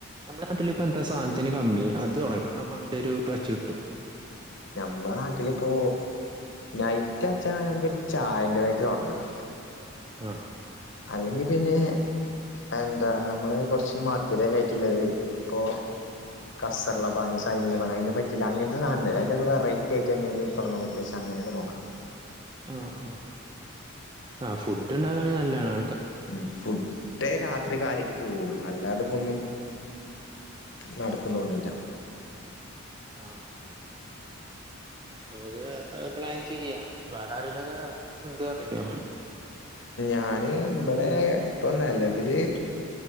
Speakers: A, on the right (about 20°); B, on the left (about 60°).
A: നമ്മടെ നാട്ടിലും. ഇപ്പ എന്താ സാധനത്തിന് കമ്മി. അത് തുടങ്ങാ അ നല്ലൊരു ക്ലച്ച് കിട്ടും..
B: നമ്മടെ നാട്ടിലിപ്പോൾ നൈറ്റാച്ചാ നമക്കൊരു ചായെന്റതാട്ട് തൊടങ്ങാം.
A: ആ.
B: അല്ലെങ്കി പിന്നെ എന്താ മ്മള് കുറച്ച് മധുരൊക്കെ ആയിട്ടുള്ളത്. ഇപ്പോ കസർലബാൻ സൈൻ ലബാൻ അതിനെ പറ്റിയില്ല അങ്ങനത്തെ സാധനല്ലെ അയിന്റെക്കെ വെറൈറ്റി ആയിട്ട് എങ്ങനെലും തൊടങ്ങാൻ പറ്റുച്ചാ, അങ്ങനൊക്കെ നോക്കാം.
A: ആ ആ ആ ഫുഡ് ഉണ്ടാക്കാണെ നല്ലാണ്.
B: ഉം ഫുഡേ രാത്രി കാര്യായ് ട്ട് പൂവൊള്ളൂ അല്ലാതെ പ്പൊന്നും. നടക്കുന്ന് തോന്നണില്ല.
A: ആ ഞമ്മക്ക് അയ് പ്ലാൻ ചെയ്യാ വേറെ ആരെങ്കിലൊക്കെ ഉണ്ട് പറഞ്ഞിനു
B: ഞാനി ഇബ് ഏ ഇപ്പം നെലവില്